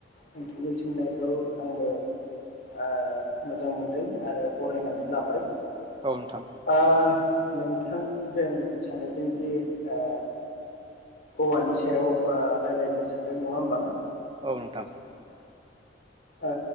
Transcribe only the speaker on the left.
नोंथांनि सोंनायखौ आंबो ओ मोजां मोनदों आरो बरायनानै लाबाय ।
ओ नोंथां जों सानै जोंदि ओ औवानि सायाव ओ रायज्लायनो सानदों नङा होमबा?
ओ